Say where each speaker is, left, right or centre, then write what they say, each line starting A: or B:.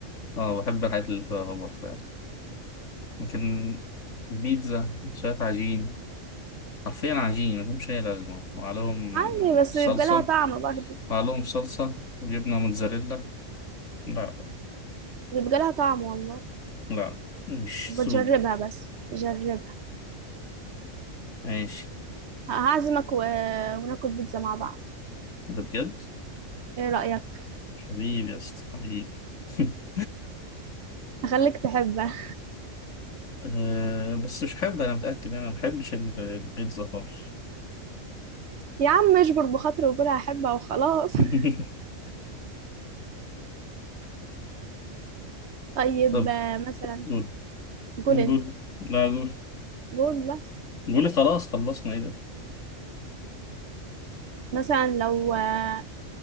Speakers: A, on the left; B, on the right.
A: اه بحب الحاجات اللي فيها خبر فعلا لكن بيتزا شويه عجين حرفيا عجين ملهمش اي لازمه وعليهم
B: عادي
A: آه،
B: بس
A: صلصه
B: بيبقى لها طعم برضو
A: وعليهم صلصه وجبنه موتزاريلا لا لا
B: بيبقى لها طعم والله
A: لا، مش
B: بتجربها
A: سوقي
B: بس جربها
A: ماشي
B: هعزمك و... وناكل بيتزا مع بعض
A: ده بجد
B: ايه رأيك
A: حبيبي يا اسطى حبيبي <laughs>
B: اخليك تحبها
A: أه بس مش حابب أنا متأكد أنا ما بحبش ال- البيتزا خالص
B: يا عم اجبر بخاطر وقول هحبها وخلاص
A: <laughs>
B: <laughs> طيب
A: طب
B: آه، مثلا
A: قول
B: قول
A: قول
B: انت
A: لا قول
B: قول بس
A: قولي خلاص خلصنا إيه ده
B: مثلا لو آه،